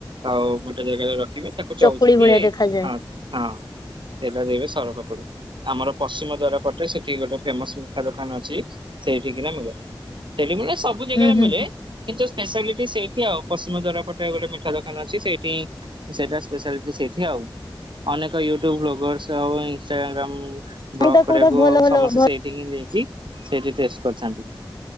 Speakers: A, on the right; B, on the left.
A: ଆଉ ଗୋଟେ ଜାଗାରେ ରଖିବେ ତାକୁ
B: ଚକୁଳି
A: ଚଉଚି
B: ଭଳିଆ
A: କି
B: ଦେଖାଯାଏ।
A: ହଁ ତେଲ ଦେବେ ସର ପାପୁଡି। ଆମର ପଶ୍ଚିମ ଦ୍ଵାର ପଟେ ସେଠି ଗୋଟେ ଫେମସ ମିଠା ଦୋକାନ ଅଛି ସେଇଠି କିନା ମିଳେ। ସେଠି ମିଳେ ସବୁ ଜାଗାରେ
B: ହୁଁ ହୁଁ
A: ମିଳେ।
B: ହୁଁ
A: କିନ୍ତୁ ସ୍ପେଶାଲିଟି ସେଇଠି ଆଉ ପଶ୍ଚିମ ଦ୍ୱାର ପଟେ ଗୋଟେ ମିଠା ଦୋକାନ ଅଛି ସେଇଠି ସେଇଟା ସ୍ପେଶାଲିଟି ସେଇଠି ଆଉ। ଅନେକ ୟୁଟ୍ୟୁବ ବ୍ଲଗର୍ସ ଆଉ ଇନଷ୍ଟାଗା ଗ୍ରାମ
B: କୋଉଟା
A: ବ୍ଲଗ କରିଆକୁ
B: କୋଉଟା ଭଲ
A: ଆଉ
B: ଭଲ
A: ସମସ୍ତେ
B: ଭଲ
A: ସେଇ ଟିକି ଯାଇଁକି ସେଇଠି ଟେଷ୍ଟ କରଥାନ୍ତି।